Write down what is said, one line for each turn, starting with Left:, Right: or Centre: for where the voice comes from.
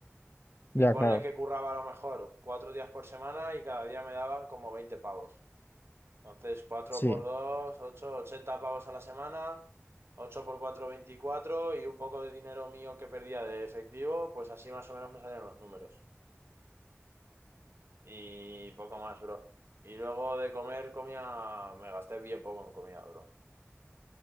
Right: Y
Left: ya,
Right: ponle
Left: claro.
Right: que curraba a lo mejor cuatro días por semana y cada día me daban como 20 pavos. Entonces, cuatro
Left: Sí.
Right: por 2 ocho 80 pavos a la semana, 8 por 4 24 y un poco de dinero mío que perdía de efectivo, pues así más o menos me salían los números. Y poco más, bro. Y luego de comer comía, me gasté bien poco en comida, bro.